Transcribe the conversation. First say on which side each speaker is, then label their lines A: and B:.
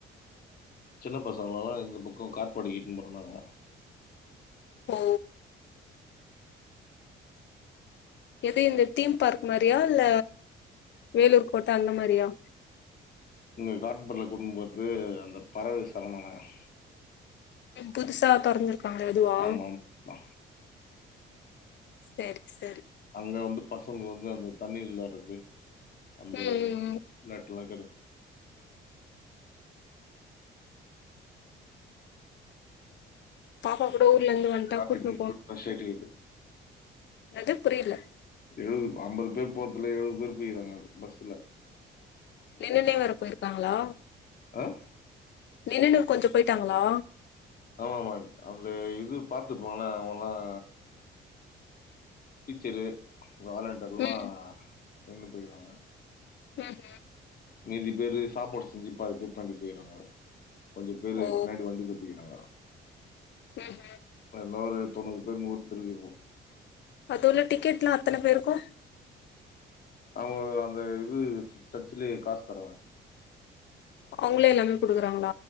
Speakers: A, on the left; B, on the left.
A: சின்ன பசங்கல்லாம் இந்த பக்கம் காட்பாடிக்கு இழுத்துட்டு போறோம்னாங்க
B: ஒ எது இந்த தீம் பார்க் மாரியா இல்ல வேலூர் கோட்ட அந்த மாரியா
A: இங்க காட்பாடில கூட்டிட்டு போறது அந்த பறவை சரணாலயம்
B: புதுசா தொரந்துருக்கு அந்த இதுவா
A: ஆமா, ஆமா.
B: செரி செரி
A: அங்க வந்து பசங்க வந்து அந்த தண்ணில வெளியாடுறது அந்த
B: ம் ம் ம்
A: வெளயாட்லாம் கிறது
B: பாப்பா ஊர்ல இருந்து வந்ட்டா
A: ராத்திரிக்குள்
B: கூட்னு
A: பஸ் ஏரிறது
B: என்னாது புரியல
A: எழுபது ஐம்பது பேர் போரதல எழுபது பேர் போய்கிறாங்க அ பஸ்ஸல
B: நின்னுனே வர போயிருக்காங்களா
A: ஆ
B: நின்னுனு கொஞ்சம் போயிட்டாங்களா
A: ஆமா ஆமா அந்த இது பாத்துப்பாங்கல அவங்கல்லாம் டீச்சரு வாலண்டர்லாம்
B: ம்
A: நின்னு போய்றாங்க
B: ம் ம்
A: மீதி பேரு சாப்பாடு செஞ்சு பாதி பேர் பின்னாடி போய்றாங்க கொஞ்ச பேரு
B: ஓ
A: பின்னாடி வண்டி ல போயிறாங்க
B: ம்
A: என்ன ஒரு தொண்ணுரு பேர் நூரு பேர் இருக்கும்
B: அது உள்ள டிக்கெட்லாம் அத்தன பேருக்கும்
A: அவுங்க அந்த இது சச்சிலயே காசு தருவாங்க
B: அவங்களே எல்லாமே குடுக்குறாங்க